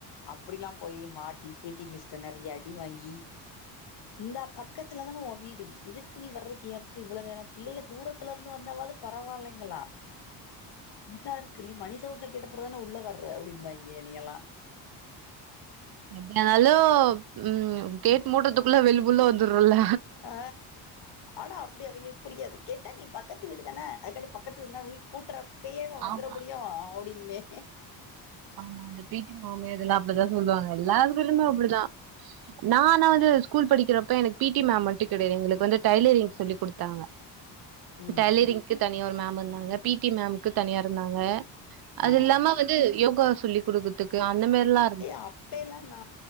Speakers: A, on the left; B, on the right.
A: அப்டில்லா போய் மாட்டி பீட்டி மிஸ்ட நெறைய அடி வாங்கி இந்த பக்கத்துல தான ஓ வீடு இதுக்கு நீ வர்றது எ அதுக்கு இவ்ளவு நேரோ பிள்ளைங்க தூரத்துல இருந்து வந்தாவது பரவாயில்லைங்களா இந்தா இருக்கு நீ மணி சவுண்ட கேட்ட அப்புற தானே உள்ள வர்ற அப்டிபாங்க என்னை யெல்லா
B: என்னாலு ம் கேட் மூட்றது குள்ள வெளி புல்லா வந்துறல்ல
A: ஆ ஆனா அப்டி அவிங்களு புரியாது கேட்டா நீ பக்கத்து வீடு தான அதுக்காடி பக்கத்து வீடுனா வி கூட்டறப்பகேய வந்துட
B: ஆமா
A: முடியு அப்டிம்பே
B: ஆமா அந்த பீ டீ மாமே இதெல்லா அப்டிதா சொல்லுவாங்க எல்லா பீரியட் அப்டிதா நான்னா வந்து ஸ்கூல் படிக்கிறப்ப எனக்கு பி டி மேம் மட்டு கிடையாது எங்களுக்கு வந்து டைலரிங் சொல்லி குடுத்தாங்க
A: ம்
B: டெய்லரிங்க்கு தனிய ஒரு மேம் இருந்தாங்க பி டி மேம் தனியா இருந்தாங்க அது
A: ஆ
B: இல்லாம வந்து யோகா சொல்லி் குடுக்கறதுக்கு அந்த மாரில்லா
A: ஏய் அப்ப எல்லா நா